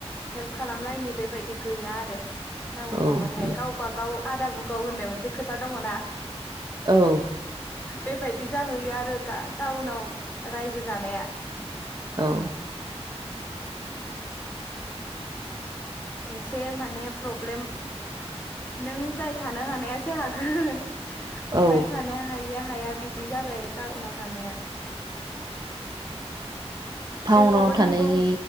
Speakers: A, on the left; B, on the right.
A: हेल्प खालामलायनि बेबायदि गैया आरो टाउनावबाथाय
B: औ गैया
A: गावबा गाव आदा बुकाव होननाय मोनसे खोथा दङ ना?
B: औ
A: बेबायदि जाहैयो आ रो <unintelligible> टाउनाव रायजो जानाया।
B: औ
A: एसे माने प्रब्लेम नों जाय थानो हानायासो हागोन ओमफफ्राय
B: औ
A: थानो हायो गैया हाया बिदि जाबाय टाउनाव थानाया
B: टाउनाव
A: जेखौबो
B: थानायनि
A: नोंगौ